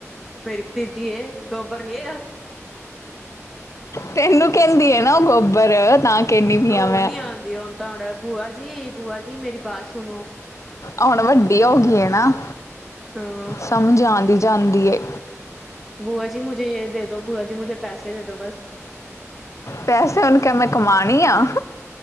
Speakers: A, in the centre; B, on the left (about 70°).
A: ਮੇਰੀ ਭਤੀਜੀ ਹੈ, ਗੋਬਰ ਨੀ ਹੈਗਾ।
B: ਤੈਨੂੰ ਕਹਿੰਦੀ ਹੈ ਨਾ ਉਹ ਗੋਬਰ, ਤਾਂ ਕਹਿੰਦੀ ਪਈ
A: ਉਹ
B: ਹਾਂ ਮੈਂ
A: ਨੀ ਆਉਂਦੀ ਹੈ ਤਾਂ, ਬੂਆ ਜੀ, ਬੂਆ ਜੀ ਮੇਰੀ ਬਾਤ ਸੁਣੋ।
B: ਹੁਣ ਵੱਡੀ ਹੋ ਗਈ ਹੈ ਨਾ,
A: ਹਾਂ
B: ਸਮਝ ਆਉਂਦੀ ਜਾਂਦੀ ਏ
A: ਬੂਆ ਜੀ ਮੁਝੇ ਯੇਹ ਦੇ ਦੋ, ਬੂਆ ਜੀ ਮੁਝੇ ਪੈਸੇ ਦੇ ਦੋ ਬਸ।
B: ਪੈਸੇ ਹੁਣ ਕਿਆ ਮੈਂ ਕਮਾਉਣੀ ਆਂ।